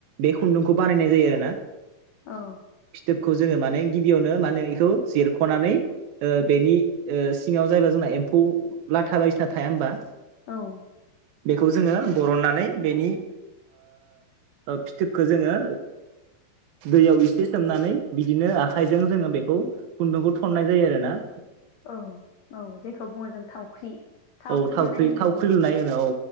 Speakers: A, on the right; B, on the left.
A: बे खुन्दुंखौ बानायनाय जायो आरो ना
B: औ
A: फिथोबखौ जोङो माने गिबियावनो माने बेखौ जिरख'नानै बेनि सिङाव जायबा जोंना एम्फौ लाथा बायसा थाया होमबा
B: औ
A: बेखौ जोङो बरननानै बेनि फिथोबखौ जोङो दैयाव इसे सोमनानै बिदिनो आखाइजों जोङो बेखौ खुन्दुंखौ थननाय जायो आरो ना
B: औ औ जेखौ बुङो जों थावख्रि
A: औ थावख्रि
B: लुनाय होननानै
A: थावख्रि
B: बुङो
A: लुनाय होनो औ